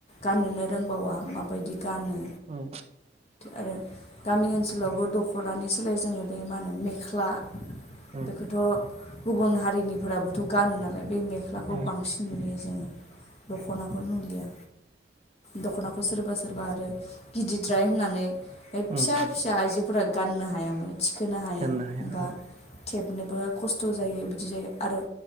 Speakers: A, on the left; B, on the right.
A: गाननोनो रोंबावा माबायदि गानो
B: औ।
A: आरो गामि ओनसोलावबो दख'नानि सोलाय जोङो बे मा होनो मेख्ला
B: औ
A: बेखौथ'। गुबुन हारिनिफोराबोथ' गानो नालाय बे मेख्लाखौ
B: औ
A: बांसिन नुयो जोङो। दख'नाखौ नुलिया दख'नाखौ सोरबा सोरबा आरो गिदिरद्राय होननानै फिसा
B: उम
A: फिसा आइजोफोरा गाननो हाया माने थिखोनो हाया
B: गाननो
A: बा
B: औ
A: थेबनोबो खस्थ' जायो बिदि जायो आरो